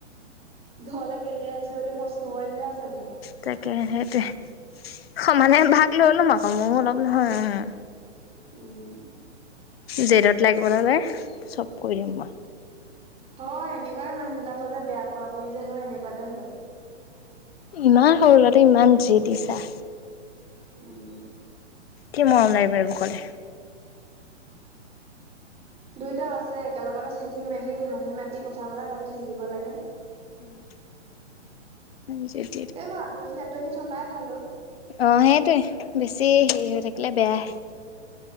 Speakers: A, on the right; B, on the left.
A: ঘৰলে কেলে আহিছে বুলি প্ৰশ্ন নকৰিলেহে আছে ভাল।
B: তাকেহে সেইটোয়ে সমানে ভাগ লৈ লম আকৌ ময়ো অলপ নহয় উম।
A: উম।
B: জেদত লাগিব ললে, চব কৰি দিম মই।
A: হয় এনেকুৱাতে মানুহ বিলাকৰ যে বেয়া পোৱা পুই যে হয় এনেকুৱাতে হয়।
B: ইমান সৰু ল'ৰাতে ইমান জি দিছা।
A: উম।
B: কি মৰম লাগিব এই বোৰ ক'লে
A: দুইটা আছে একেলগতে থাকি মেলি হাঁহি মাতি কথা বতা পাতি থাকিব লাগে
B: উম ইজেপ <unintelligible>
A: এইবা আঁতহি আঁতহি থকাই ভাল ঐ
B: অ', সেইটোৱে বেছি হেৰি হৈ থাকিলে বেয়াহে।